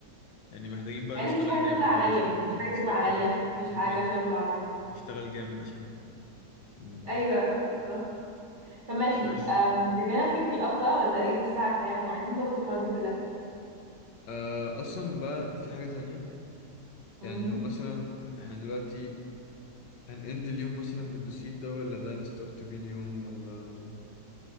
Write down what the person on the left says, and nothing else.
يعني محتاجين بقى
نشتغل
جامد
بقى عشان
دوسيت
ده
عايزين
بقى نش-
نشتغل جامد عشان مم.
ماشي
آه، اصلا بقى في حاجة تانية
يعني هو مثلا احنا دلوقتي هنأند اليوم مثلا بالدوسيت ده ولا ده نستارت بيه اليوم ولا